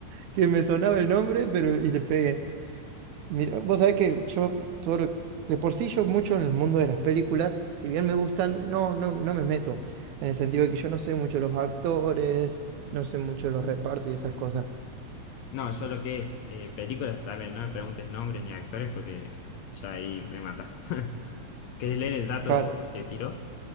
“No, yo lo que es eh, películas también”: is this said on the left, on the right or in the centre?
Left